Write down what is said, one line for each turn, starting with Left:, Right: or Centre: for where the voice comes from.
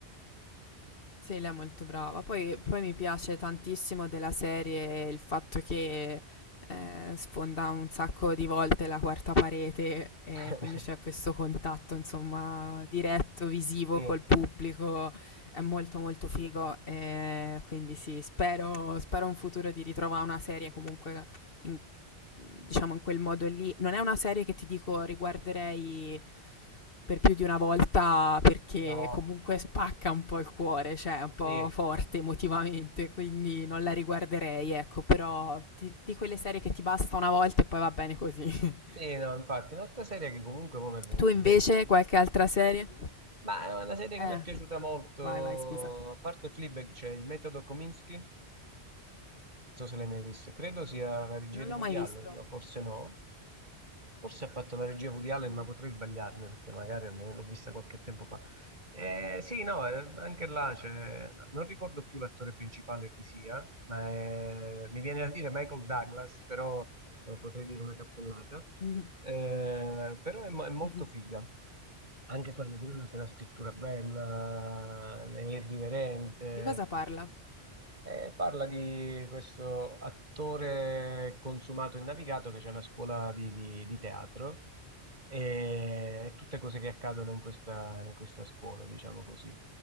Left: Sì, lei è molto brava. Poi, poi mi piace tantissimo della serie il fatto che eh, sfonda un sacco di volte la quarta parete e
Right: <laughs>
Left: quindi c'è questo contatto, insomma, diretto, visivo
Right: Sì,
Left: col pubblico. È molto molto figo. eh, quindi sì, spero, spero in futuro di ritrovare una serie comunque in, diciamo in quel modo lì. Non è una serie che ti dico riguarderei per più di una volta perché
Right: no,
Left: comunque spacca un po' il cuore, cioè è un
Right: sì,
Left: po' forte emotivamente, quindi non la riguarderei, ecco, però di, di quelle serie che ti basta una volta e poi va bene così. <laughs>
Right: sì, no, infatti, un'altra serie che comunque mo mi è venuta
Left: Tu invece
Right: in mente,
Left: qualche altra serie?
Right: ma è una serie che
Left: Eh,
Right: mi è piaciuta molto,
Left: vai, vai, scusa.
Right: a parte Fleabag c'è il metodo Kominsky, non so se l'hai mai vista, credo sia la regia
Left: Non
Right: di
Left: l'ho
Right: Woody
Left: mai
Right: Allen,
Left: visto.
Right: ma forse no, Forse ha fatto la regia Woody Allen,
Left: Mm.
Right: ma potrei sbagliarmi perché magari al momento- l'ho vista qualche tempo fa. Eh, sì, no, eh, anche là c'è- non ricordo più l'attore principale chi sia, ma eh, mi viene da dire Michael Douglas, però eh, potrei dire una cappellata.
Left: <laughs> Mhm.
Right: Eh, però è, mo- è molto
Left: Mhm.
Right: figa. Anche quello, pure lui c'è una scrittura bella, è irriverente.
Left: Di cosa parla?
Right: E parla di questo attore consumato e navigato che c'è una scuola di, di- di teatro e, e tutte cose che accadono in questa, in questa scuola, diciamo così.